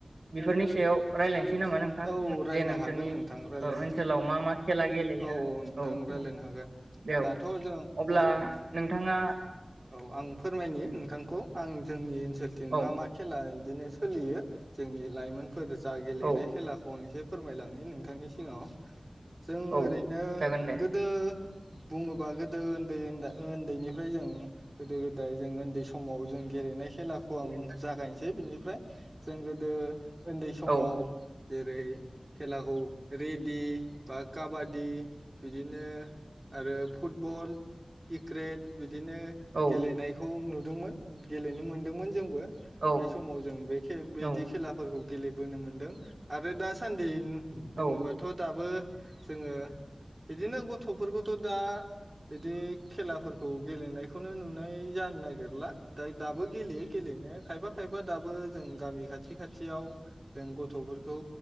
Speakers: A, on the right; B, on the right.
A: बेफोरनि सायाव रायलायनो नामा नोंथां
B: औ रायलायनो
A: जे नोंसोरनि
B: हागोन नोंथां रायलायनो
A: ओनसोलाव
B: हागोन
A: मा मा खेला गेलेयो
B: औ नोंथां
A: औ
B: रायलायनो
A: औ
B: हागोन
A: बेयाव
B: दाथ' जों
A: अब्ला नोंथाङा
B: औ आं फोरमायनि बिथांखौ आं जोंनिओ ओनसोलथिं
A: औ
B: मा मा खेला बिदिनो सोलियो जोंनि लाइमोन फोर जा गेलेनाय
A: औ
B: खेलाखौ आं एसे फोरमायलांनि नोंथांनि सिगाङाव <unintelligible> जों
A: औ
B: ओरैनो
A: जागोन दे
B: गोदो बुङोब गोदो उन्दै उन्दैनिफ्राय जों गोद गोदाय जों उन्दै समाव जों गेलेनाय खेलाखौ आं
A: औ
B: जागायनोसै बिनि ओमफ्राय जों गोदो उन्दै समाव
A: औ
B: जेरै खेलाखौ रेदि बा काबादि बिदिनो आरो फुटबल किक्रेट बिदिनो
A: औ
B: गेलेनायखौ नुदोंमोन गेले मोनदोंमोन जों
A: औ
B: <unintelligible> बै समाव जों बे <unintelligible> बेदि
A: औ
B: खेलाफोरखौ गेलेबोनो मोनदों आरो दासान्दि बुङोबाथ
A: औ
B: दाबो जोङो बिदिनो गथ गथफोरखौथ दा बिदि खेलाफोरखौ <unintelligible> खौनो नुनाय जानो नागिरला दायो दाबो गेलेयो गेलेनाया खायफा खायफा दाबो जों गामि खाथि खाथियाव जों गथफोरखौ